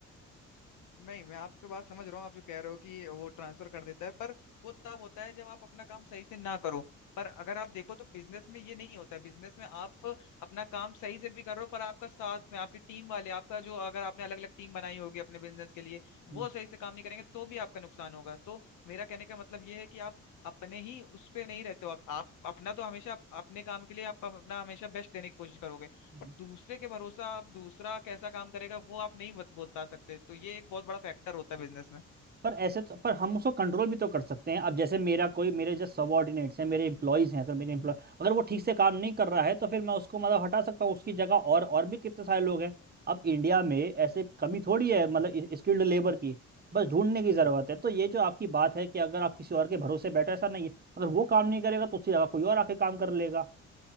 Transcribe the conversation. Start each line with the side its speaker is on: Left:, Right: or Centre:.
Left: नहीं मैं आपके बात समझ रहा हूँ आप जो कह रहे हो कि वो ट्रांसफर कर देता है पर वो तब होता है जब आप अपना काम सही से ना करो पर अगर आप देखो तो बिजनेस में ये नहीं होता है बिजनेस में आप अपना काम सही से भी कर रहे हो पर आपका साथ में आपकी टीम वाले आपका जो अगर आपने अलग अलग टीम बनाई होगी अपने बिजनेस के लिए वो
Right: हम्म,
Left: सही से काम नहीं करेंगे तो भी आपका नुकसान होगा तो मेरा कहने का मतलब ये है कि आप अपने ही उस पे नहीं रहते हो आप आप अपना तो हमेशा अप- अपने काम के लिए आप अपना हमेशा बेस्ट देने की कोशिश करोगे
Right: हम्म,
Left: पर दूसरे के भरोसा आप दूसरा कैसा काम करेगा वो आप नहीं बत- बता सकते तो ये एक बहुत बड़ा फैक्टर होता है बिजनेस में
Right: पर ऐसे तो पर हम उसको कंट्रोल भी तो कर सकते हैं अब जैसे मेरा कोई मेरे जो सबॉर्डिनेट्स हैं मेरे एम्प्लॉयज हैं तो मेरे एम्प्लॉय अगर वो ठीक से काम नहीं कर रहा है तो फिर मैं उसको मतलब हटा सकता हूँ उसकी जगह और और भी कितने सारे लोग हैं अब इंडिया में ऐसे कमी थोड़ी है मतलब स्किल्ड लेबर की बस ढूंढने की जरूरत है तो ये जो आपकी बात है कि अगर आप किसी और के भरोसे बैठे ऐसा नहीं है अगर वो काम नहीं करेगा तो उसकी जगह कोई और आके काम कर लेगा